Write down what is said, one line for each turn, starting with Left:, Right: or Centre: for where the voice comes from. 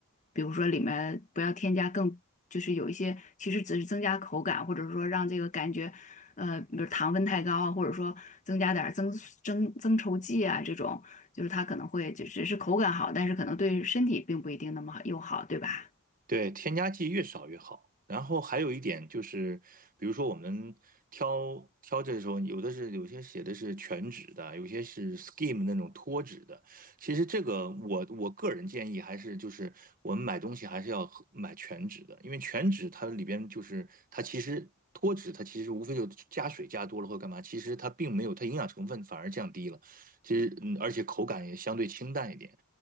Left: 比如说里面不要添加更，就是有一些其实只是增加口感，或者说让这个感觉。呃，比如糖分太高啊，或者说增加点儿增增增稠剂啊，这种就是它可能会就只是口感好，但是可能对身体并不一定那么好友好，对吧？
Right: 对，添加剂越少越好。然后还有一点就是，比如说我们挑挑这时候，有的是有些写的是全脂的，有些是 skim 那种脱脂的。其实这个我我个人建议还是就是我们买东西还是要喝买全脂的，因为全脂它里边就是它其实脱脂它其实无非就加水加多了或干嘛，其实它并没有它营养成分反而降低了，其实嗯而且口感也相对清淡一点。